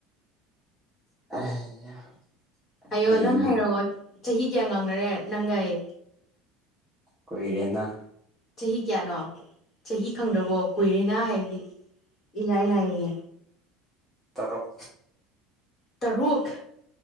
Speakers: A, in the centre; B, on the left.
A: <unintelligible>
B: ꯍꯥꯏꯌꯣ
A: ꯍꯌꯦꯡ
B: ꯅꯪ ꯍꯥꯏꯔꯛꯑꯣ ꯆꯍꯤ ꯀꯌꯥ ꯉꯥꯡꯅꯔꯦ ꯅꯪꯒ ꯑꯩ
A: ꯀꯨꯏꯔꯦꯅ
B: ꯆꯍꯤ ꯀꯌꯥꯅꯣ ꯆꯍꯤ ꯈꯪꯗ꯭ꯔꯕꯣ ꯀꯨꯏꯔꯦꯅ ꯍꯥꯏꯕꯗꯤ ꯏꯂꯥꯏ ꯂꯌꯅꯦ꯫
A: ꯇꯥꯔꯨꯛ꯫
B: ꯇꯔꯨꯛ꯫